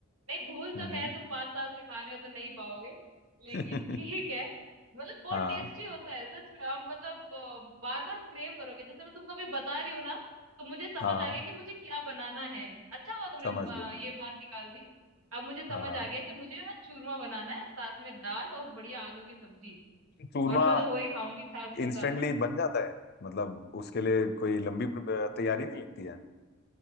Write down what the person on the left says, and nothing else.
हम्म
<laughs>
हाँ
हाँ
हाँ
समझ
गया
हाँ हाँ
चूरमा
इंस्टेंटली
बन जाता है मतलब उसके लिए कोई लंबी प्र- तैयारी नहीं लगती है